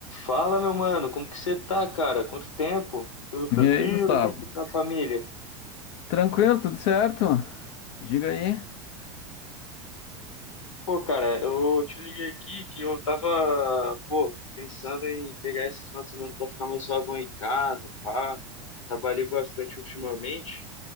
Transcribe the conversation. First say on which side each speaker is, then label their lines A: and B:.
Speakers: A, on the left (about 85°); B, on the left (about 60°).
A: Fala, meu mano, como que você tá, cara? Quanto tempo? Tudo tranquilo?
B: E aí, Gustavo?
A: Como que tá a família?
B: Tranquilo, tudo certo? Diga aí.
A: Pô, cara, eu te liguei aqui que eu tava, pô, pensando em pegar esse final de semana pra ficar mais suavão em casa, pá. Trabalhei bastante ultimamente.